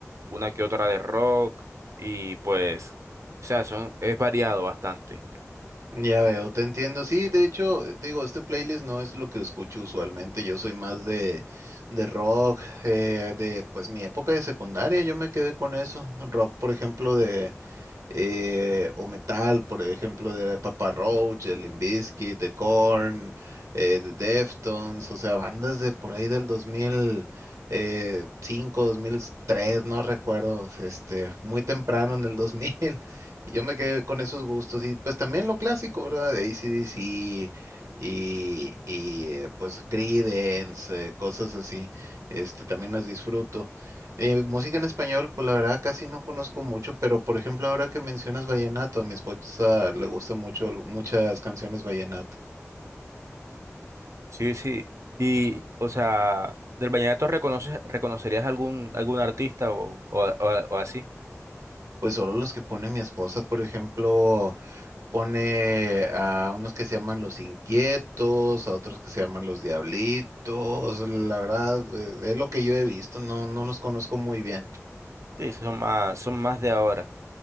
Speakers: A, on the right; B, on the right.
A: una que otra de rock. Y pues, o sea, son, es variado bastante.
B: Ya veo, te entiendo. Sí, de hecho, eh, te digo, este playlist no es lo que escucho usualmente. Yo soy más de, de rock, eh, de pues mi época de secundaria, yo me quedé con eso. Rock, por ejemplo, de eh, o metal, por ejemplo, de Papa Roach, de Limp Bizkit, de Korn, eh, de Deftones, o sea, bandas de por ahí del 2005, 2003, no recuerdo, este, muy temprano en el 2000, <laughs> y yo me quedé con esos gustos, y pues también lo clásico, ¿verdad? De AC/DC y, y eh, pues Creedence, eh, cosas así, este, también las disfruto. Eh, música en español, pues la verdad casi no conozco mucho, pero por ejemplo ahora que mencionas vallenato, a mi esposa le gustan mucho muchas canciones vallenato.
A: Sí, sí. Y, o sea, del vallenato reconoces, ¿reconocerías algún, algún artista o, o, o- o así?
B: Pues solo los que pone mi esposa, por ejemplo, pone a unos que se llaman Los Inquietos, a otros que se llaman Los Diablitos, la verdad eh, es lo que yo he visto, no, no los conozco muy bien.
A: Sí, esos son más, son más de ahora.